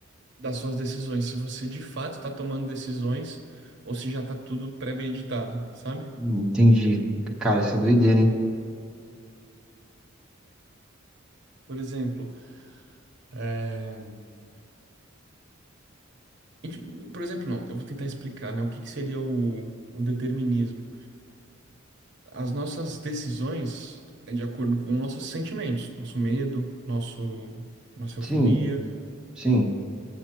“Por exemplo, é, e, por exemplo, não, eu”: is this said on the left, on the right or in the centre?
Right